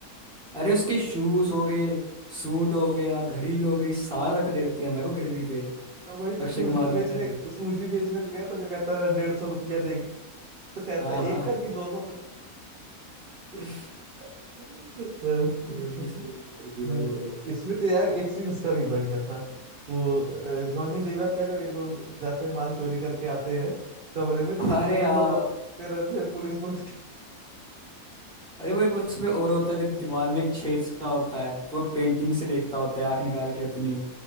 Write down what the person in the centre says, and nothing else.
अरे उसके शूज हो गए सूट हो गया घड़ी हो गई सारा रख देते हैं भाई वो गिरवी पे
अक्षय
कुमार
होता है जो
हाँ
हाँ
<laughs>
बड़ी
सही movie थी भाई
वो
अरे
हाँ
अरे वो एक उसमें और होता है जो दीवार में एक छेद सा होता है तो वो पेंटिंग से देखता होता है आंख निकाल के अपनी